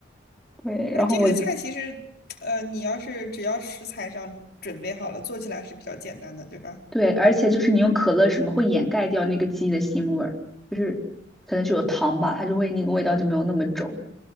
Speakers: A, in the centre; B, on the left (about 55°).
A: <laughs> 对，
B: 但这个菜其实，
A: 然后我就
B: 呃，你要是只要食材上准备好了，做起来是比较简单的，对吧？
A: 对，而且就是你用可乐什么会掩盖掉那个鸡的腥味儿，就是可能是有糖吧，它就会那个味道就没有那么重。